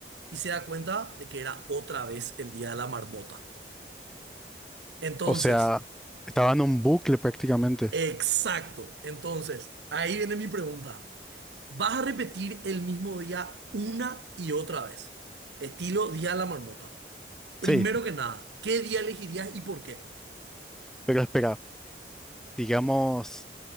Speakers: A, on the right (about 80°); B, in the centre.
A: y se da cuenta de que era otra vez el día de la marmota. Entonces,
B: O sea, estaba en un bucle prácticamente.
A: exacto. Entonces, ahí viene mi pregunta. ¿Vas a repetir el mismo día una y otra vez? Estilo día de la marmota. Primero
B: Sí,
A: que nada, ¿qué día elegirías y por qué?
B: pero espera, digamos,